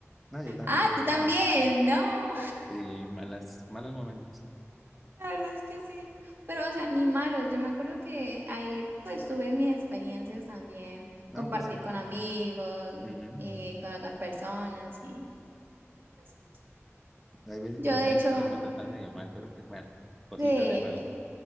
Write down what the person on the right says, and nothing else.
Ah,
tú también,
no.
La verdad es que sí, pero o sea, ni malos. Yo me acuerdo que ahí pues tuve mis experiencias también,
compartí
con amigos
y con otras personas y pues sí.
Yo
de
hecho,
de,